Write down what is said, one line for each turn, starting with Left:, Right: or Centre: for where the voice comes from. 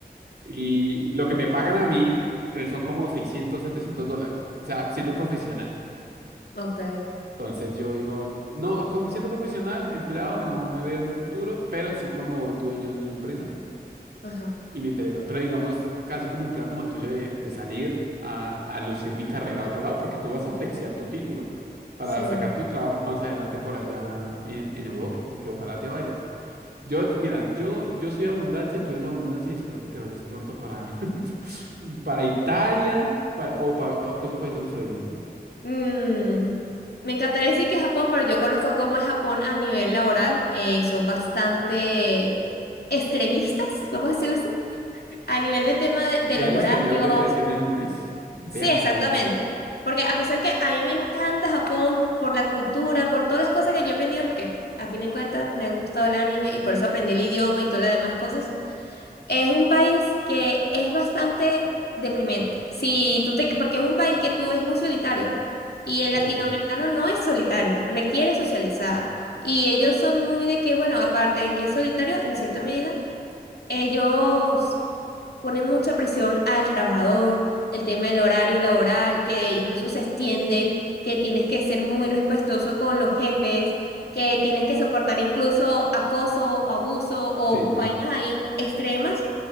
Right: Y lo que me pagan a mí eh, son como 600, 700 dólares. O sea, siendo profesional.
Left: ok.
Right: Entonces yo digo, no, como siendo profesional, empleado, no me veo en un futuro, pero sí como dueño de una empresa
Left: Ajá,
Right: y me interesa. Pero digamos, casi como un plan como el tuyo de, de salir a, a lucir mi carrera a otro lado, porque tú vas a flexear tu título para
Left: sí.
Right: sacar tu trabajo más adelante por allá en, en Europa, que ojalá te vayas. Yo, te- mira, yo, yo soy abundancia, tú eres abundancia y espero que te vayas pronto para, <laughs> para Italia pa- o para, para qué otro país te gustaría ir.
Left: Mm, Me encantaría decir que Japón, pero yo conozco cómo es Japón a nivel laboral. eh, son bastante extremistas, vamos a decirlo así, a nivel de tema de, de
Right: ¿Quieres
Left: los horarios.
Right: tener depresión en un mes? Ve
Left: Sí,
Right: a Japón.
Left: exactamente. Porque a pesar que a mí me encanta Japón por la cultura, por todas las cosas que yo he aprendido, porque a fin de cuentas me ha gustado el anime y por eso aprendí el idioma y todas las demás cosas, Es un país que es bastante deprimente. Si tú te, porque es un país que tú es muy solitario y el latinoamericano
Right: Sí,
Left: no es solitario, requiere socializar. Y ellos son muy de que, bueno, aparte de que es solitario en cierta medida, ellos pone mucha presión al trabajador, el tema del horario laboral, que incluso se extienden, que tienes que ser muy respetuoso con los jefes, que tienes que soportar incluso acoso, abuso o
Right: sí,
Left: vainas ahí extremas